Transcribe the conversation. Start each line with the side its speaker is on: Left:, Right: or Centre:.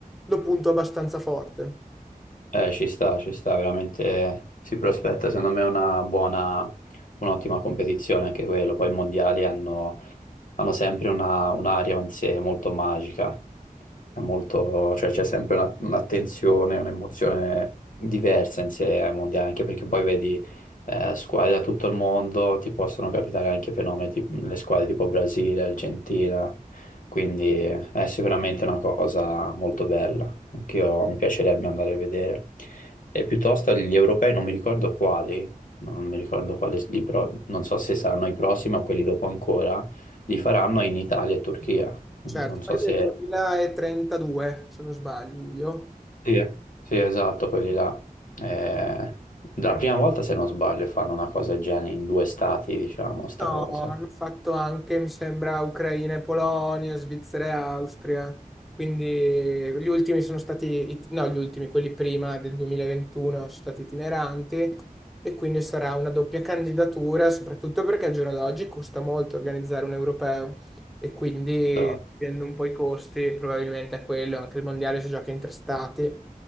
Centre: lo punto abbastanza forte.
Left: Eh, ci sta, ci sta, veramente si prospetta secondo me una buona, un'ottima competizione anche quello. Poi i mondiali hanno hanno sempre una- un'aria in sé molto magica, è molto- cioè c'è sempre una- un'attenzione, un'emozione diversa in sé ai mondiali, anche perché poi vedi eh, squadre da tutto il mondo, ti possono capitare anche fenomeni, tipo, le squadre tipo Brasile, Argentina, quindi è sicuramente una cosa molto bella, anche io mi piacerebbe andare a vedere. E piuttosto gli europei non mi ricordo quali, non mi ricordo quali, li pro- non so se saranno i prossimi o quelli dopo ancora, li faranno in Italia e Turchia. Non
Centre: Certo,
Left: so
Centre: poi
Left: se...
Centre: del 2032 se non sbaglio.
Left: Sì, eh. Sì, esatto, quelli là. Eh, la prima volta, se non sbaglio, fanno una cosa del genere in due stati, diciamo, sta
Centre: No,
Left: cosa.
Centre: hanno fatto anche, mi sembra, Ucraina e Polonia, Svizzera e Austria. Quindi gli ultimi sono stati, it- no, gli ultimi, quelli prima del 2021 sono stati itineranti e quindi sarà una doppia candidatura, soprattutto perché al giorno d'oggi costa molto organizzare un europeo e quindi
Left: Esatto.
Centre: dipende un po' i costi, probabilmente è quello, anche il mondiale si gioca in tre stati.